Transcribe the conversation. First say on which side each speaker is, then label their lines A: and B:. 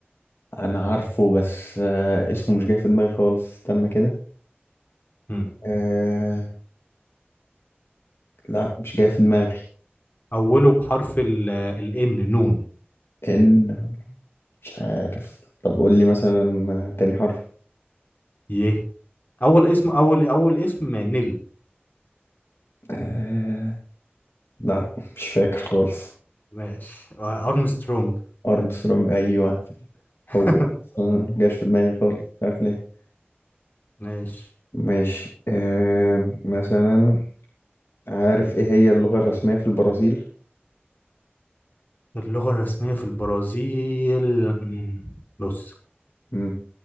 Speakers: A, on the left; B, on the left.
A: أنا عارفه بس آه اسمه مش جاي في دماغي خالص استنى كده
B: مم.
A: آه لا مش جاي في دماغي
B: اوله بحرف ال الان نون
A: إن مش عارف طب قول لي مثلا آه، تاني حرف
B: يه اول اسم اول اول اسم نيل
A: آه لا مش فاكر خالص
B: ماشي آه، ارمسترونج
A: أرمسترونج أيوه
B: <laughs>
A: هو بس، آه، مجاش في دماغي خالص مش عارف ليه
B: ماشي
A: ماشي آه مثلا عارف ايه هي اللغة الرسمية في البرازيل
B: اللغة الرسمية في البرازيل مم. بص
A: مم.